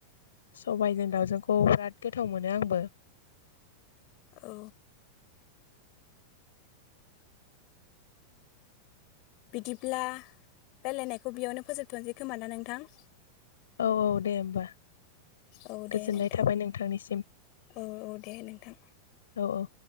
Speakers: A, on the left; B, on the left.
A: सबायजों दावजोंखौ बिराद गोथाव मोनो आंबो
B: औ बिदिब्ला रायलायनायखौ बेयावनो फोजोबथ'नोसै खोमा ना नोंथां
A: औ औ दे होमबा
B: औ
A: गोजोननाय
B: दे नोंथां
A: थाबाय नोंथांनिसिम
B: औ औ दे नोंथां
A: औ औ